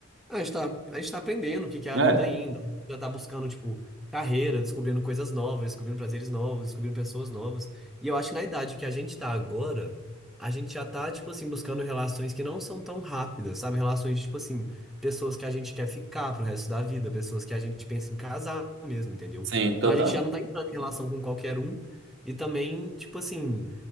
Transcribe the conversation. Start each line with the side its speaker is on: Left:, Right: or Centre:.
Centre: a gente tá, a gente tá aprendendo o que que é a
Right: É,
Centre: vida ainda, já tá buscando, tipo, carreira, descobrindo coisas novas, descobrindo prazeres novos, descobrindo pessoas novas, e eu acho que na idade que a gente tá agora, a gente já tá, tipo assim, buscando relações que não são tão rápidas, sabe? Relações de, tipo assim, pessoas que a gente quer ficar pro resto da vida, pessoas que a gente pensa em casar mesmo, entendeu?
Right: sim,
Centre: Então
Right: total.
Centre: a gente já não tá entrando em relação com qualquer um e também, tipo assim,